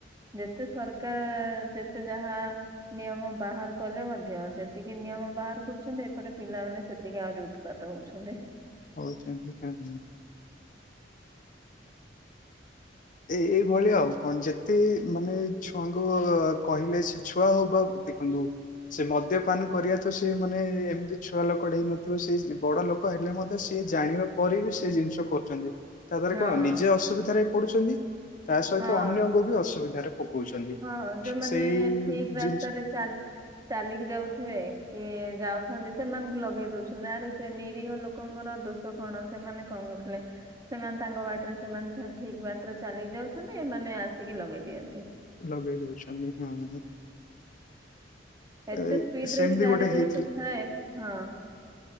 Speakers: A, on the right; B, on the left.
A: ଯେତେ ସରକାର ଯେତେ ଯାହା ନିୟମ ବାହାର କଲେ ମଧ୍ୟ ଯେତିକି ନିୟମ ବାହାର କରୁଛନ୍ତି ଏପଟେ ପିଲାମାନେ ସେତିକି ଆହୁରି ଉତୁ ପାତ ହୋଉଛନ୍ତି।
B: ହୋଉଚନ୍ତି କାଇଁ ଏ-ଏଇଭଳି ଆଉ କଣ ଯେତେ ମାନେ ଛୁଆଙ୍କୁ କହିଲେ ସେ ଛୁଆ ହୋଉ ବା ଦେଖନ୍ତୁ ସେ ମଦ୍ୟପାନ କରିବା ତ ସେ ମାନେ ଏମିତି ଛୁଆ ଲୋକଟେ ହେଇନଥିବ ସେ ଯେମ୍ ବଡ ଲୋକ ହେଲେ ମଧ୍ୟ ସିଏ ଜାଣିବା ପରେ ବି ସେ ଜିନଷ କରୁଚନ୍ତି ତା ଦ୍ୱାରା
A: ହଁ
B: କଣ ନିଜେ ଅସୁବିଧାରେ ପଡୁଛନ୍ତି ତା ସହିତ
A: ହଁ
B: ଅନ୍ୟଙ୍କୁ ବି ଅସୁବିଧାରେ ପକଉଛନ୍ତି
A: ହଁ ଯୋଉମାନେ
B: ସେଇ
A: ଠିକ୍ ରାସ୍ତାରେ
B: ଜିନିଷ
A: ଚାଲ୍ ଚାଲିକି ଯାଉଥୁବେ କିଏ ଯାଉ ଥାନ୍ତି ସେମାନଙ୍କୁ ଲଗେଇ ଦୋଉଛନ୍ତି ଆରେ ସେ ନିରିହ ଲୋକଙ୍କର ଦୋଷ କଣ ସେମାନେ କଣ କରୁଥିଲେ। ସେମାନେ ତାଙ୍କ ବାଟରେ ସେମାନେ ଛ-ଠିକ ବାଟରେ ଚାଲିକି ଯାଉଥାନ୍ତି ଏମାନେ ଆସିକି ଲଗେଇ ଦିଅନ୍ତେ।
B: ଲଗେଇ ଦୋଉଛନ୍ତି ହଁ।
A: ଏତେ
B: ଏ-
A: ସ୍ପିଡରେ
B: ସେମିତି
A: ଗାଡି
B: ଗୋଟେ
A: ଯେହେତୁ
B: ହେଇଥିଲି
A: ଥାଏ ହଁ।